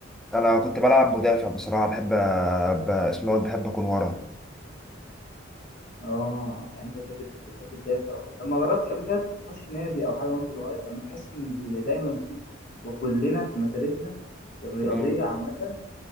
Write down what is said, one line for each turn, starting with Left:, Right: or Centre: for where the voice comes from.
Centre: انا كنت بلعب مدافع بصراحه بحب أ- ب... اسمه دوت، بحب اكون ورا
Left: اه يعني انت بتحب بتحب تدافع وكده طب ما جربتش قبل كده تخش نادي او حاجه وانت صغير انا بحس ان اللي دايما فيه وكلنا في مسيرتنا الرياضيه
Centre: مم.
Left: عامه